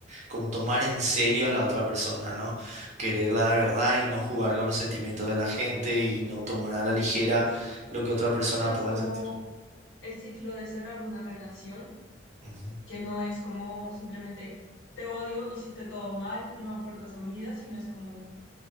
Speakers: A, on the right; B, on the left.
A: Como tomar en serio a la otra persona, ¿no? Quererla de verdad y no jugar con los sentimientos de la gente y no tomar a la ligera
B: Sí.
A: lo que otra persona
B: Y más
A: pueda
B: como
A: sentir.
B: el ciclo de cerrar una relación,
A: Ujú,
B: que no es como simplemente te odio, hiciste todo mal, no aportas a mi vida, sino es como